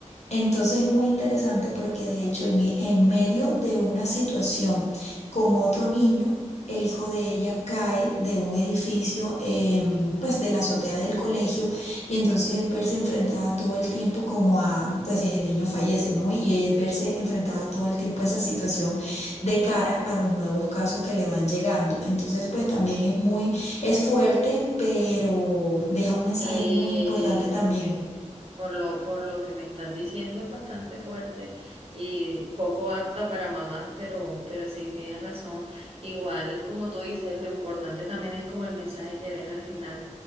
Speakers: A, on the left; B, on the right.
A: Entonces es muy interesante porque de hecho en, e- en medio de una situación con otro niño, el hijo de ella cae de un edificio, em, pues de la azotea del colegio y entonces es verse enfrentada todo el tiempo como a, pues el niño fallece, ¿no? Y es verse enfrentada todo el tiempo a esa situación de cara a los nuevos casos que le van llegando. Entonces pues también es muy, es fuerte, pero deja un mensaje
B: Eh,
A: muy importante también.
B: porque por lo, por lo que me estás diciendo es bastante fuerte y poco apta para mamás, pero, pero sí tienes razón. Igual, como tú dices, lo importante también es como el mensaje que deja al final.